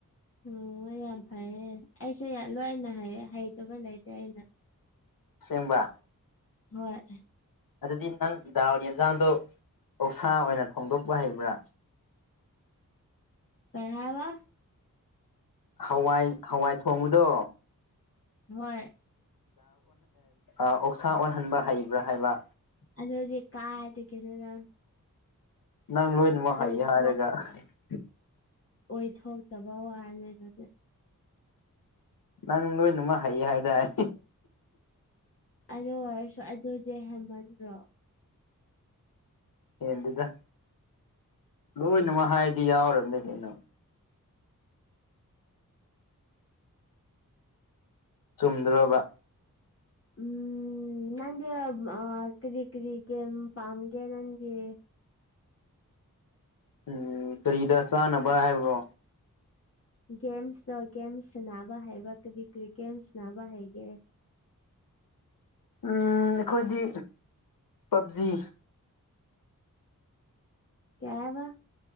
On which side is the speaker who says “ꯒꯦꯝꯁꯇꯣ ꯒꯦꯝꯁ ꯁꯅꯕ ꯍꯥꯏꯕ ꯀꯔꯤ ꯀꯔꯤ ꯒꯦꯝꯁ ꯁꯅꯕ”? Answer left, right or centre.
Left